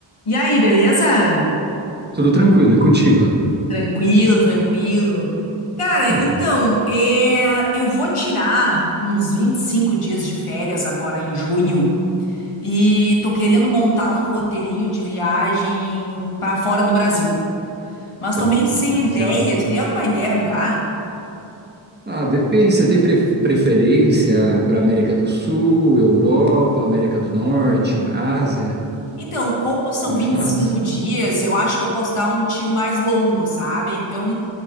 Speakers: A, on the left (about 85°); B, on the right (about 20°).
A: E aí, beleza?
B: Tudo tranquilo, e contigo?
A: Tranquilo, tranquilo. Cara,
B: E
A: então,
B: vão
A: é, eu vou tirar uns 25 dias de férias agora em junho e tô querendo montar um roteirinho de viagem pra fora do Brasil. Mas
B: para
A: tô meio
B: fora
A: sem
B: do Brasil.
A: ideia. Tu tem alguma ideia pra me dar?
B: Ah, depende. Você tem pre- preferência para América do Sul, Europa, América do Norte, Ásia?
A: Então, como são
B: Um desses
A: 25
B: lados?
A: dias, eu acho que eu posso dar um tiro mais longo, sabe? Então,